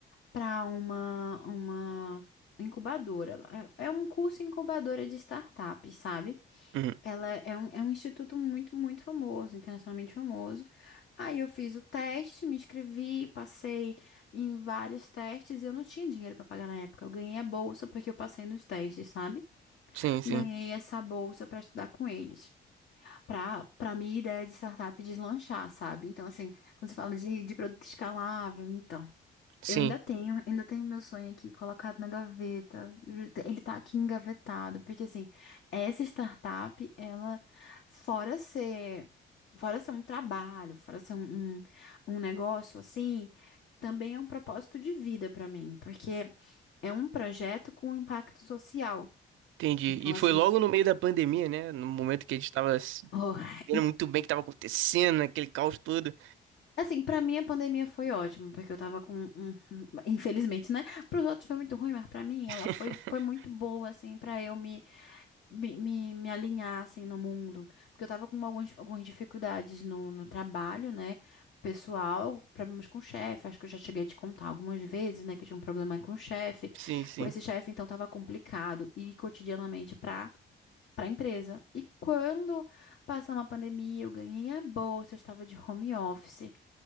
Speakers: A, on the left; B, on the right.
A: para uma, uma incubadora. É é um curso incubadora de startup, sabe?
B: Uhum.
A: Ela é um, é um instituto muito, muito famoso, internacionalmente famoso. Aí eu fiz o teste, me inscrevi, passei em vários testes e eu não tinha dinheiro para pagar na época. Eu ganhei a bolsa porque eu passei nos testes, sabe?
B: Sim, sim,
A: Ganhei essa bolsa para estudar com eles, para para minha ideia de startup deslanchar, sabe? Então, assim, quando você fala de, de produto escalável, então.
B: sim.
A: Eu ainda tenho, ainda tenho meu sonho aqui colocado na gaveta. Ele tá aqui engavetado, porque assim, essa startup, ela, fora ser, fora ser um trabalho, fora ser um, um, um negócio assim, também é um propósito de vida pra mim, porque é um projeto com impacto social.
B: Entendi.
A: Então,
B: E
A: assim,
B: foi logo no meio da pandemia, né? No momento que a gente tava se
A: oh,
B: entendendo muito bem o que tava acontecendo, aquele caos todo.
A: Assim, pra mim a pandemia foi ótima, porque eu tava com, um- <laughs> infelizmente, né? Pros outros foi muito ruim, mas pra mim
B: <laughs>
A: ela foi, foi muito boa, assim, pra eu me, me, me, me alinhar, assim, no mundo. Porque eu tava com algumas, algumas dificuldades no, no trabalho, né? Pessoal, problemas com o chefe, acho que eu já cheguei a te contar algumas vezes, né? Que eu tinha um problema com o chefe,
B: Sim, sim.
A: com esse chefe, então tava complicado. E cotidianamente, pra para a empresa. E quando passou uma pandemia, eu ganhei a bolsa, eu estava de home office.